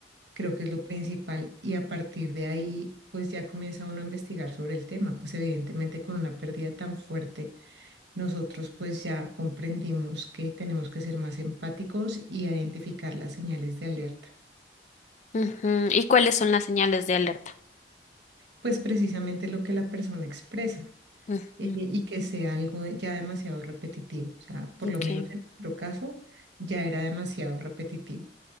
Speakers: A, on the right (about 70°); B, on the left (about 40°).
A: Creo que es lo principal y a partir de ahí, pues ya comienza uno a investigar sobre el tema, pues evidentemente con una pérdida tan fuerte nosotros pues ya comprendimos que tenemos que ser más empáticos y identificar las señales de alerta.
B: Ujú, ¿Y cuáles son las señales de alerta?
A: Pues precisamente lo que la persona expresa
B: Ujú,
A: eh, y que sea algo ya demasiado repetitivo. O sea, por
B: Ok.
A: lo menos en nuestro caso ya era demasiado repetitivo.